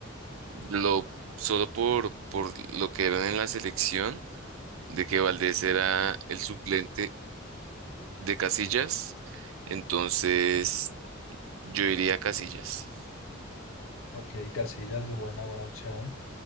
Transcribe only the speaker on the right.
lo solo por, por lo que eran en la selección, de que Valdés era el suplente de Casillas, entonces yo iría a Casillas.